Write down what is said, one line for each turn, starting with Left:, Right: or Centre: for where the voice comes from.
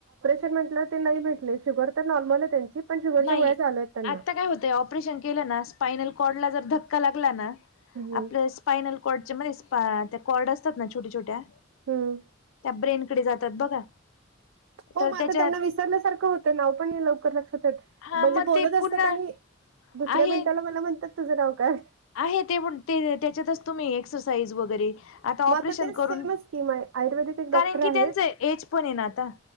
Right: म्हटल ते नाही भेटले शुगर तर नॉर्मल आहे त्यांची पण शुगरच्या
Left: नाही
Right: गोळ्या चालू आहेत त्यांना.
Left: आता काय होतंय ऑपरेशन केलं ना स्पाइनलकॉर्डला जर धक्का लागलाना,
Right: हम्म
Left: आपल स्पाइनल कॉर्डच्यामध्ये स्पा त्या कॉर्ड असतात ना छोट्या छोट्या.
Right: हम्म.
Left: त्या ब्रेनकडे जातात बघा.
Right: हो
Left: तर
Right: म आता
Left: त्याच्यात
Right: त्यांना विसरल्यासारखं होतं नाव पण नई लवकर लक्षात येत.
Left: हा
Right: म्हणजे
Left: मग
Right: बोलत
Left: ते
Right: असतात
Left: पूर्ण
Right: आणि, दुसऱ्या
Left: आहे
Right: मिनटाला मला म्हणतात तुझं नाव काय?
Left: आहे ते <unintelligible> त्याच्यातच तुम्ही एक्सरसाईज वगैरे आता
Right: मग
Left: ऑपरेशन
Right: ते सेमच
Left: करून,
Right: की म आयुर्वेदिक एक डॉक्टर
Left: कारण की
Right: आहेत
Left: त्यांचं एज पण आहे ना आता.